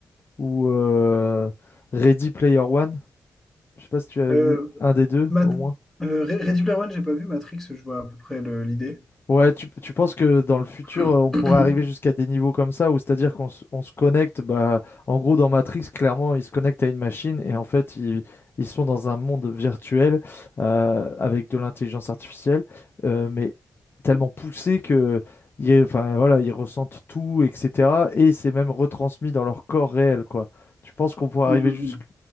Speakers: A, on the left; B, in the centre.
A: ou euh, Ready Player One. Je sais pas si tu as
B: Euh,
A: vu un des deux,
B: Mat-
A: au moins.
B: euh, Re- Ready Player One, j'ai pas vu Matrix, je vois à peu près le- l'idée.
A: Ouais, tu, tu penses que dans le futur,
B: <clears throat>
A: euh, on pourrait arriver jusqu'à des niveaux comme ça, où c'est-à-dire qu'on se on se connecte, bah, en gros, dans Matrix, clairement, ils se connectent à une machine et en fait, ils, ils sont dans un monde virtuel euh, avec de l'intelligence artificielle, euh, mais tellement poussé que, il y a- enfin, voilà, ils ressentent tout, etc. Et c'est même retransmis dans leur corps réel, quoi. Tu penses qu'on pourrait
B: Hum,
A: arriver
B: hum,
A: jusqu'-
B: hum.